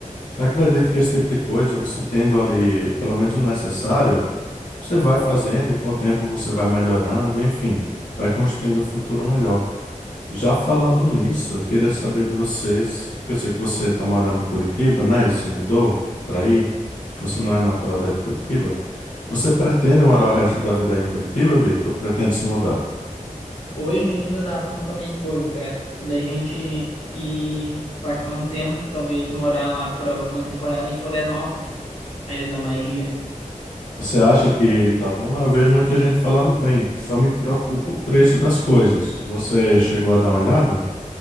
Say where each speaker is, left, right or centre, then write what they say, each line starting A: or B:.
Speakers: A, on the left; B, on the left.
A: Então acredito que esse tipo de coisa, você tendo ali pelo menos o necessário, você vai fazendo e com o tempo você vai melhorando, enfim, vai construindo um futuro melhor. Já falando nisso, eu queria saber de vocês, que eu sei que você está morando em Curitiba, né? E se mudou para aí. Você não é natural daí de Curitiba. Você pretende morar o resto da vida aí em Curitiba, Vitor? Ou pretende se mudar?
B: Hoje ainda eu tava falando com a minha esposa, cara, da gente ir passar um tempo, talvez morar lá por alguma temporada em Florianópolis, a Ilha da Magia.
A: Você acha que tá bom lá? Eu vejo muita gente falando bem. Só me preocupa o preço das coisas. Você chegou a dar uma olhada?